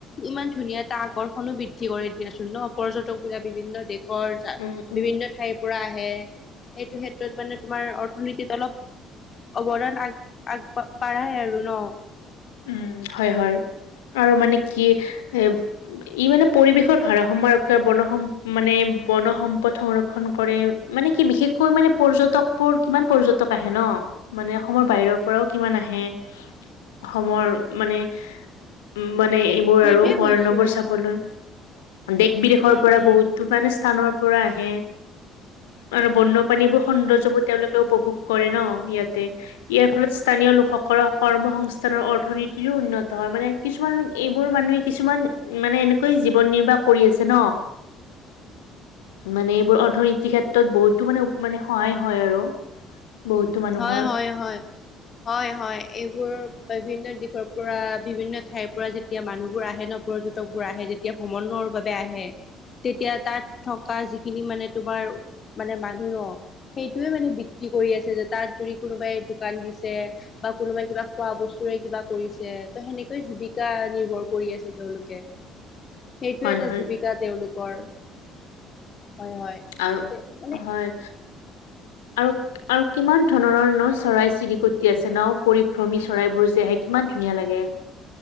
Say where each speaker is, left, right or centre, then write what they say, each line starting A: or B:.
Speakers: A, on the left (about 40°); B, on the left (about 70°).
A: ইমান ধুনীয়া এটা আকৰ্ষণো বৃদ্ধি কৰে দিয়াচোন ন। পৰ্যটক বিলাক বিভিন্ন দেশৰ
B: উম উম
A: বিভিন্ন ঠাইৰ পৰা আহে। হে সেইটো ক্ষেত্ৰত মানে তোমাৰ অৰ্থনীতিত অলপ অৱদান আগ আগ বাঢ়াই আৰু ন?
B: উম, হয়, হয়। আৰু মানে কি এ ই মানে পৰিৱেশৰ ভাৰসাম্য ৰক্ষা বৰ্ণসম মানে বন সম্পদ সংৰক্ষণ কৰে, মানে কি বিশেষকৈ মানে পৰ্যটকবোৰ কিমান পৰ্যটক আহে ন? মানে অসমৰ বাহিৰৰ পৰাও কিমান আহে। অসমৰ মানে উ মানে এইবোৰ
A: সেইটোয়ে
B: আৰু অভয়াৰণ্যবোৰ
A: কৈছো
B: চাবলৈ।
A: অ
B: দেশ-বিদেশৰ
A: উম
B: পৰা
A: উম
B: বহুতো মানে স্থানৰ পৰা আহে। আৰু বন্যপ্ৰাণীবোৰ সৌন্দৰ্যবোৰ তেওঁলোকে উপভোগ কৰে ন ইয়াতে। ইয়াৰ ফলত স্থানীয় লোকসকলৰ কৰ্মসং স্থানৰ অৰ্থনীতিৰো উন্নত হয়। মানে কিছুমান এইবোৰ মানুহে কিছুমান মানে এনেকৈ জীৱন নিৰ্বাহ কৰি আছে ন। মানে এইবোৰ অৰ্থনীতিৰ ক্ষেত্ৰত বহুতো মানে মানে সহায় হয় আৰু। বহুতো মানুহৰ
A: হয় হয় হয় হয় হয়। এইবোৰ বিভিন্ন দিশৰ পৰা বিভিন্ন ঠাইৰ পৰা যেতিয়া মানুহবোৰ আহে ন পৰ্যটক বোৰ আহে যেতিয়া ভ্ৰমণ। বাবে আহে। তেতিয়া তাত থকা যিখিনি মানে তোমাৰ মানে মানুহ ন। সেইটোৱে মানে বিক্ৰী কৰি আছে যাত তাত যদি কোনোবাই দোকান দিছে বা কোনোবাই কিবা খোৱা বস্তুৰে কিবা কৰিছে ত সেনেকৈ জীৱিকা নিৰ্ভৰ কৰি আছে তেওঁলোকে। সেইটো
B: হয়
A: এটা
B: হয়
A: জীৱিকা তেওঁলোকৰ। হয় হয়
B: আৰু
A: তে মানে
B: হয় আৰু আৰু কিমান ধৰণৰ ন চৰাই-চিৰিকটি আছে ন? পৰিভ্ৰমী চৰাই বোৰ যে আহে কিমান ধুনীয়া লাগে।